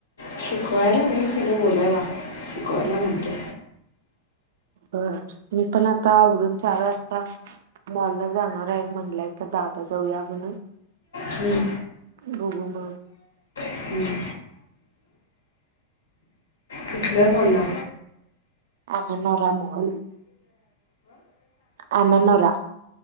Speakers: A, on the left; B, on the right.
A: शिकवायला नाही त्याला बोलायला शिकवायला नंतर
B: बर मी पण आता आवरुन चार वाजता मॉल ला जाणार आहे म्हणलाय तर द आता जाऊ या म्हणून
A: हम्म,
B: बघु म.
A: हम्म. कुठल्या मॉल ला?
B: अमेनरा मॉल. अमेनोरा